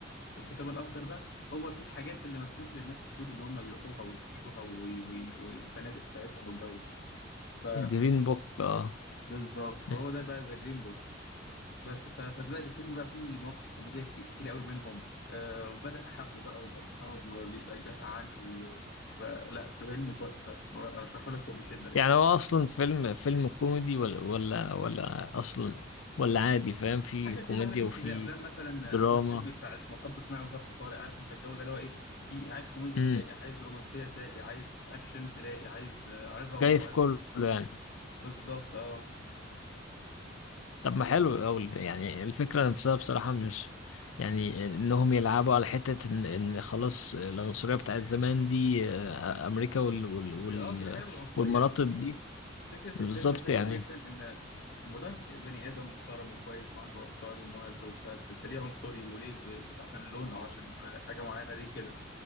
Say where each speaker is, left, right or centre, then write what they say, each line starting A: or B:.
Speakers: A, on the left (about 55°); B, on the left (about 80°).
A: الكتاب الأخضر ده هو فيه الحاجات اللي مسموح للناس السود إن هم يروحوها ويخشوها وي- وي- والفنادق بتاعتهم والجو ده ف-
B: جرين بوك آه
A: بالظبط فهو
B: مم.
A: ده بقى ذا جرين بوك بس ف- فبدأ الفيلم بقى فيه مواقف كوميدية كب- كتير قوي بينهم آه، وبدأ حبه بقى وبقوا أصحاب وبيبقى يدافع عنه و- فلا فيلم تحفة مر- أرشحه لك وبشدة يعني
B: يعني هو أصلا فيلم فيلم كوميدي ولا ولا ولا أصلا ولا عادي فاهم في
A: حاجة
B: كوميديا
A: كده عارف أنت
B: وفي
A: زي أفلام مثلا
B: دراما
A: أحمد حلمي بتاعت مطب صناعي وظرف طارق عارف أنت الجو ده اللي هو إيه في عايز كوميديا
B: أمم
A: تلاقي عايز رومانسية تلاقي عايز أكشن تلاقي عايز آه، عظة وموعظة
B: جاي في كله يعني
A: بالظبط اه
B: طب ما حلو أوي يعني الفكرة نفسها بصراحة مش يعني إنهم يلعبوا على حتة إن, إن خلاص العنصرية بتاعت زمان دي آه، أمريكا وال, وال,
A: وبي
B: وال
A: اه بيحارب العنصرية
B: والمناطق
A: يعني
B: دي
A: فكرة
B: بالظبط
A: الفيلم حلوة
B: يعني
A: جدا إن المدرب ك- بني آدم محترم وكويس وعنده أفكار ومهذب وبتاع أنت أنت ليه عنصري وليه ب... ب- عشان اللون أو عشان حاجة معينة ليه كده